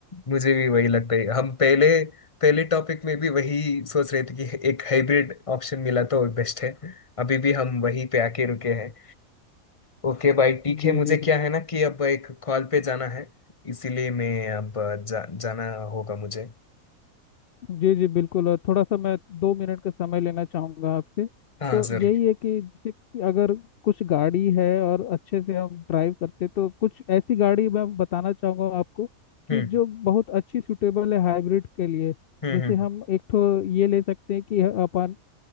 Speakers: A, on the left (about 25°); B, on the left (about 65°).
A: मुझे भी वही लगता है हम पहले पहले टॉपिक में भी वही सोच रहे थे कि एक हाइब्रिड ऑप्शन मिला तो बेस्ट है अभी भी हम वही पे आके रुके हैं ओके भाई ठीक
B: जी
A: है मुझे
B: जी
A: क्या
B: बिल्कुल
A: है ना कि अब एक कॉल पे जाना है इसीलिए मैं अब जा, जाना होगा मुझे
B: जी जी बिल्कुल और थोड़ा सा मैं दो मिनट का समय लेना चाहूँगा आपसे
A: हाँ
B: तो
A: जरूर
B: यही है कि जैसे कि अगर कुछ गाड़ी है और अच्छे से हम ड्राइव करते तो कुछ ऐसी गाड़ी मैं बताना चाहूँगा आपको कि
A: हम्म
B: जो बहुत अच्छी सूटेबल है हाइब्रिड के लिए
A: हम्म
B: जैसे
A: हम्म
B: हम एक तो ये ले सकते हैं कि अपन